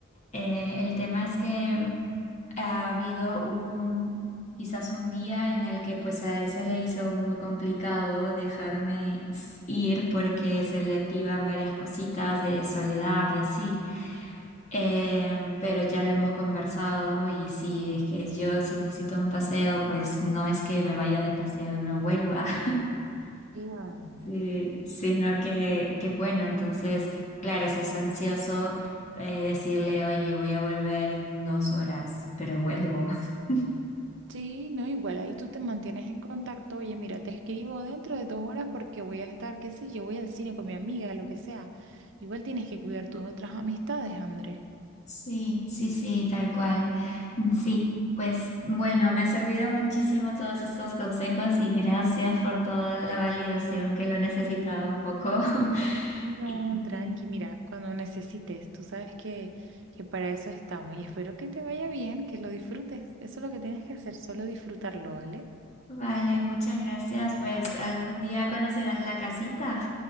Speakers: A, on the left (about 35°); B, on the right (about 60°).
A: Eh, el tema es que mm, ha habido un, quizás un día en el que pues a él se le hizo muy complicado dejarme s- ir porque se le activan varias cositas de soledad y así. Em, pero ya lo hemos conversado y si es que yo si necesito un paseo, pues no es que me vaya de paseo y no vuelva, <laughs>
B: Claro.
A: sí, sino que, que bueno, entonces, claro, si es ansioso, eh, decirle, oye, voy a volver en dos horas, pero vuelvo. <laughs>
B: Sí, no, igual ahí tú te mantienes en contacto. Oye, mira, te escribo dentro de dos horas porque voy a estar, qué sé yo, voy al cine con mi amiga, lo que sea. Igual tienes que cuidar tus otras amistades, André.
A: Sí, sí, sí, tal cual. Mm, Sí,
B: Mm.
A: pues bueno, me ha servido muchísimo todos estos consejos y gracias por toda la validación que lo necesitaba un poco.
B: No,
A: <laughs> Y
B: tranqui, mira, cuando necesites, tú sabes que, que para eso estamos y espero que te vaya bien, que lo disfrutes. Eso es lo que tienes que hacer, solo disfrutarlo, ¿vale?
A: Vale, muchas gracias. Pues algún día conocerás la casita.